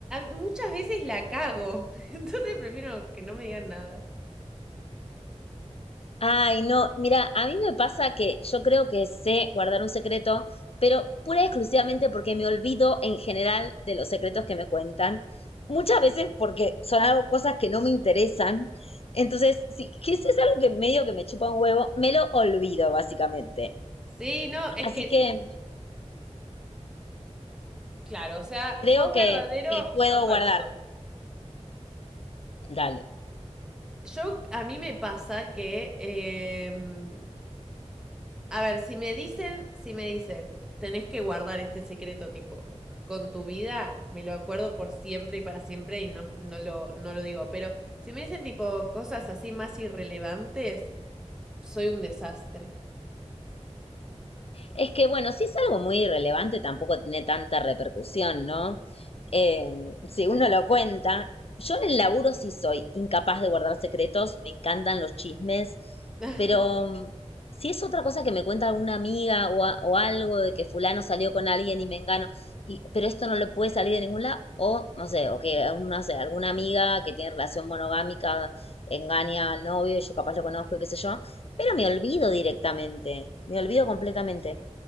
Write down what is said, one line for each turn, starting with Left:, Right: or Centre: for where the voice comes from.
Centre: muchas veces la cago. <laughs> Entonces prefiero que no me digan nada.
Left: Ay, no, mira, a mí me pasa que yo creo que sé guardar un secreto, pero pura y exclusivamente porque me olvido en general de los secretos que me cuentan. Muchas veces porque son algo, cosas que no me interesan. Entonces, si, que si es algo que medio que me chupa un huevo, me lo olvido, básicamente.
Centre: Sí, no, es
Left: Así
Centre: que,
Left: que
Centre: claro, o sea,
Left: creo
Centre: vos
Left: que,
Centre: verdadero,
Left: que puedo
Centre: yo falso.
Left: guardar. Dale.
Centre: Yo, a mí me pasa que, em, A ver, si me dicen, si me dicen, tenés que guardar este secreto tipo con tu vida, me lo acuerdo por siempre y para siempre y no, no lo, no lo digo, pero si me dicen tipo cosas así más irrelevantes, soy un desastre.
Left: Es que, bueno, si es algo muy irrelevante, tampoco tiene tanta repercusión, ¿no? Eh, si
Centre: Sí.
Left: uno lo cuenta, yo en el laburo sí soy incapaz de guardar secretos, me encantan los chismes,
Centre: <laughs>
Left: pero mm, si es otra cosa que me cuenta alguna amiga o, a- o algo de que fulano salió con alguien y me engano, y, pero esto no le puede salir de ningún lado, o no sé, o que un- no sé, alguna amiga que tiene relación monogámica engaña al novio y yo capaz lo conozco y qué sé yo, pero me olvido directamente, me olvido completamente.